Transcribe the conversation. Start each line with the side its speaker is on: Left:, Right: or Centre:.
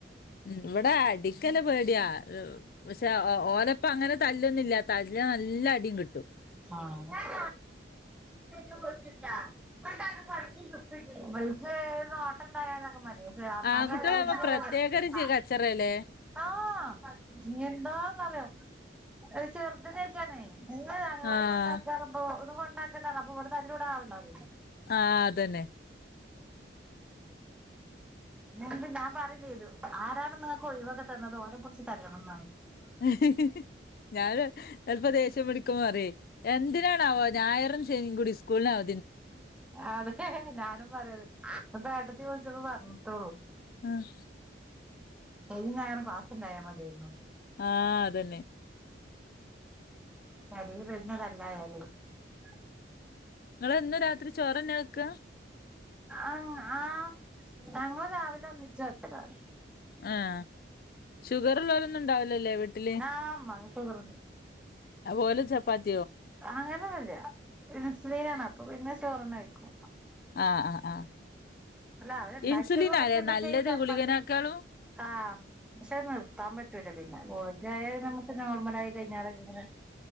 Left: ഉം ഇവിടെ അടിക്കല്ല പേടിയാ പക്ഷെ ഓരപ്പ അങ്ങനെ തല്ലൊന്നില്ല തല്ലിയാ നല്ല അടിയും കിട്ടും
Centre: ആഹ <unintelligible> അ <unintelligible>
Left: ആൺകുട്ടികളാവുമ്പോ പ്രത്യേക ഒരു ചി കച്ചറയല്ലേ
Centre: ആഹ എന്താന്നറ്യാ ഒ ചെറുത്‌നയിറ്റാണെ. എന്ന് അങ്ങനവാടി
Left: ആഹ്
Centre: കൊണ്ടാക്കാറ ഒന്നും കൊണ്ടാക്കണ്ടാ അപ്പൊ ഇവിടെ തല്ലൂട ആള് ണ്ടാവുലല്ലോ
Left: ആഹ അതന്നെ
Centre: നിണ്ട് ഞാൻ പറയും ചെയ്തു ആരാണ് നിങ്ങൾക്ക് ഒഴിവൊക്കെ തന്നത് ഓരെ പുടിച്ച് തല്ലണം
Left: ആ ഞാന് ചപ്പോ ദേഷ്യം പിടിക്ക്പോ അറേ എന്തിനാണ ആവാ ഞായറും ശനിയും കൂടി സ്കൂളിനാവ
Centre: അതെ ഞാനും പറയത് അപ്പ ഏട്ടത്തി വിളിച്ചപ്പോ പറഞ്ഞിട്ടേളൂ
Left: ആഹ.
Centre: ശനി ഞായറും ക്ലാസുണ്ടായാൽ മതിയേരുന്നു
Left: ആഹ് അതന്നെ
Centre: താളീല് വെർന്ന <unintelligible>
Left: നിങ്ങ എന്ന് രാത്രി ചോറ്ന്നെ വെക്ക.
Centre: ആഹ ആഹ ഞങ്ങൾ രാവിലെ ഒന്നിച്ചു വെക്കലാണ്.
Left: ആഹ ഷുഗർ ലോലൊന്നും ഇണ്ടാവുല ല്ലേ വീട്ടില്?
Centre: ആഹ് ഉമ്മാക്ക് ഷുഗറുണ്ട്
Left: ഓല് ചപ്പാത്തി
Centre: അങ്ങനെന്നുല്ല ഇൻസുലിൻ ന്നാണ് അപ്പൊ പിന്നെ ചോറിന്നാ വെയികും
Left: ആഹ ആഹ് ആഹ്
Centre: അല്ല അവിടെ ഉണ്ടാക്കിത്
Left: ഇൻസുലിൻ
Centre: ബാക്കി
Left: ആല്ലേ നല്ലത്
Centre: ചാപ്പാത്തി.
Left: ഗുളികനാക്കാളും
Centre: ആഹ് പക്ഷെത് നിർത്താൻ പറ്റൂല പിന്നെ ആയാ നമ്മക്ക് നോർമലായി കഴിഞ്ഞാലൊക്കെ ഇങ്ങനെ